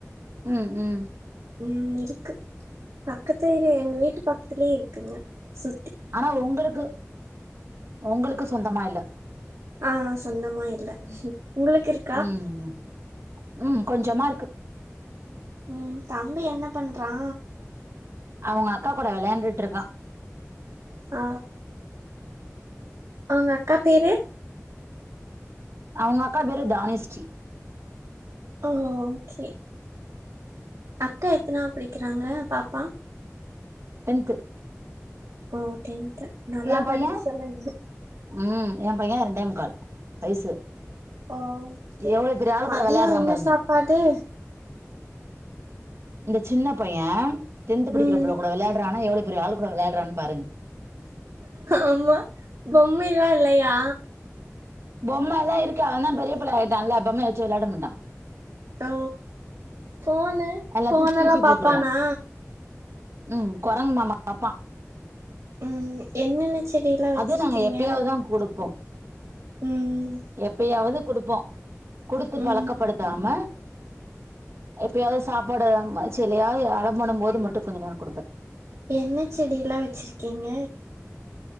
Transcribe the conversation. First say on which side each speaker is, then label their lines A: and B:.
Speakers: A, on the right; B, on the right.
A: ம் ம்
B: ம் இருக்கு பக்கத்து வீடு எங்க வீட்டு பக்கத்லியே இருக்குங்க சு
A: ஆனா உங்களுக்கு உங்களுக்கு சொந்தமா இல்ல
B: ஆ சொந்தமா இல்ல உங்களுக்கு இரு
A: ம் ம் ம் கொஞ்சமா இருக்கு
B: ம் தம்பி என்ன பண்றா
A: அவங்க அக்கா கூட வெள்யாண்டுட்ருக்கா
B: ஆ அவுங்க அக்கா பேரு
A: அவுங்க அக்கா பேரு தானியஸ்ரீ
B: ஓ ஓகே அக்கா எத்தனாவத் படிக்கிறாங்க பாப்பா
A: டென்த்து
B: ஓ டென்த்து நல்லா
A: எ பைய
B: படிக்க சொல்லுங்க
A: ம் எ பைய ரெண்டே முக்கால் வயசு
B: ஓகே
A: எவ்வளவு பெரிய ஆள்
B: மதியோ
A: கூட விளையாடுறான்
B: என்ன
A: பாருங்க
B: சாப்பாடு
A: இந்த சின்ன பைய டென்த்து படிக்கிற
B: ம்
A: புள்ள கூட விளையாடுறானா எவ்ளோ பெரிய ஆள் கூட விளையாட்றான் பாருங்க
B: ஆமா பொம்மை எல்லா இல்லையா
A: பொம்ம எல்லா இருக்க ஆனா பெரிய பிள்ள ஆயிட்டா இல்ல பொம்ம வெச்சி விளாட மாட்டா
B: ஓ ஃபோனு
A: எல்லாத்தையும்
B: ஃபோனெல்லா
A: தூக்கி
B: பாப்பானா
A: போட்டுருவான் ம் கொரங்கு மாமா பாப்பா
B: ம் என்னென்ன செடில்லா வச்சிருக்கீங்க
A: அது நாங்க எப்பயாவ்தா குடுப்போ
B: ம்
A: எப்பயாவது குடுப்போ குடுத்து
B: ம்
A: பழக்கப்படுத்தாம எப்பயாவது சாப்பாடு அம் செலயாது அடம் பண்ணம் போது மட்டு கொஞ்ச நேரோ குடுப்பே.
B: என்ன செடி எல்லா வெச்சிருக்கீங்க?